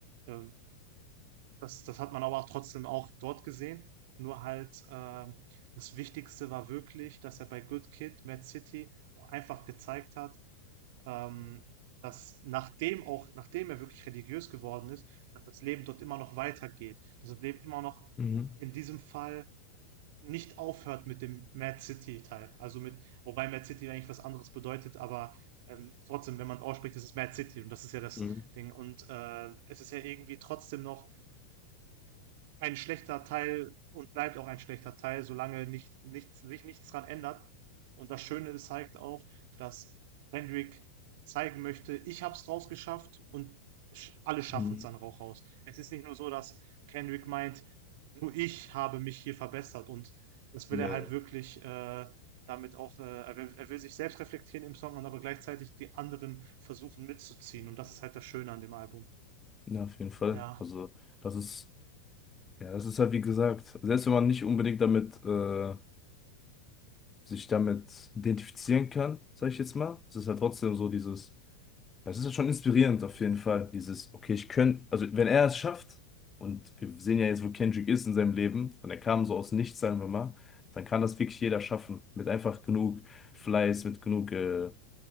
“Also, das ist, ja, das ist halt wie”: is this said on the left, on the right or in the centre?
Left